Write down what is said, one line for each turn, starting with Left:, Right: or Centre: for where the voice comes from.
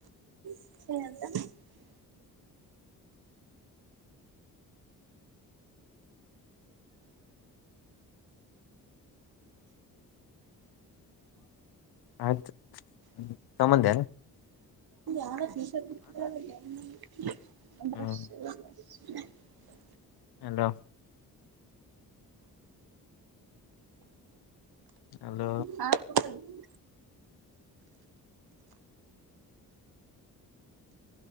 Right: <unintelligible>
Left: ಆಯ್ತು ಸಂಬಂಧ
Right: <unintelligible>
Left: ಹ್ಮ್ ಹಲ್ಲೋ ಹಲೋ
Right: ಬಂದಿದ್ದಿ